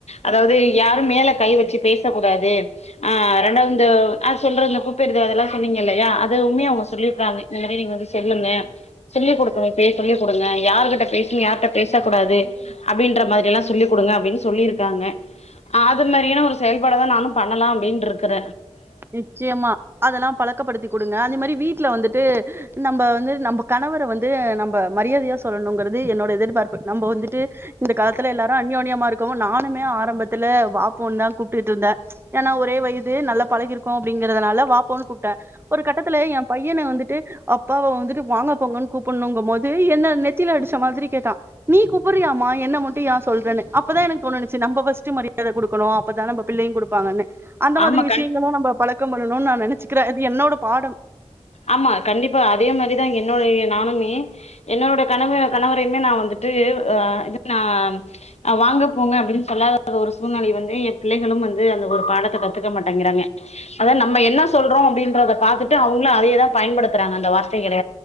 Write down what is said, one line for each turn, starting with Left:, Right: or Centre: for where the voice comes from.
Left: அதாவது யாரும் மேல கை வச்சு பேச கூடாது அ ரெண்டாவ்து இந்த அ சொல்றது பூப்பெர்து அதெல்லா சொன்னீங்க இல்லையா அதுவுமே அவுங்க சொல்லிருக்காங்க எல்லாமே நீங்க வந்து சொல்லுங்க சொல்லி குடுக்கனு இப்பயே சொல்லி குடுங்க யாருகிட்ட பேசனு யார்ட்ட பேச கூடாது அப்டின்ற மாரியெல்லா சொல்லி் குடுங்க அப்டின் சொல்லிருக்காங்க அஅது மாரியான ஒரு செயல்பாட தா நானும் பண்ணலா அப்டின்ருக்கற
Right: நிச்சியமா அதெல்லா பழக்கப்படுத்தி குடுங்க அதே மாரி வீட்ல வந்துட்டு நம்ப வந்து நம்ப கணவர வந்து நம்ப மரியாதயா சொல்லணுங்கறது என்னோட எதிர்பார்ப்பு நம்போ வந்துட்டு இந்த காலத்துல எல்லாரு அன்யோன்யமா இருக்கோ நானுமே ஆரம்பத்துல வா போன்தா கூப்டுட்ருந்தே ஏனா ஒரே வயது நல்லா பழகிருக்கோ அப்டிங்கறதனால வாபோன் கூப்ட்டே ஒரு கட்டத்துல என் பையன வந்துட்டு அப்பாவ வந்துட்டு வாங்க போங்கன் கூப்புண்ணுங்கும் போது என்ன நெத்தில அடிச்ச மாதிரி கேட்டா நீ கூப்புரியாமா என்ன மட்டு யா சொல்றன்னு அப்பதா எனக்கு தோணுணுச்சு நம்ப ஃபஸ்ட்டு மரியாத குடுக்கணு அப்பதா நம்ப பிள்ளையு குடுப்பாங்கன்னு அந்த மாதிரி
Left: ஆமா
Right: விஷயங்கள்ளா நம்ப பழக்கம் பண்ணணுண் நா நெனச்சுக்றே இது என்னோட பாடம்
Left: ஆமா கண்டிப்பா அதே மாரிதா என்னோடைய நானுமே என்னோட கணவ கணவரயுமே நா வந்துட்டு அ நா வாங்க போங்க அப்டின் சொல்லாத ஒரு சூழ்நிலை வந்து என் பிள்ளைகளும் வந்து அந்த ஒரு பாடத்த கத்துக்க மாட்டேங்கறாங்க அதா நம்ம என்ன சொல்றோ அப்டின்றத பாத்துட்டு அவுங்களு அதையேதா பயன்படுத்துறாங்க அந்த வார்த்தைகள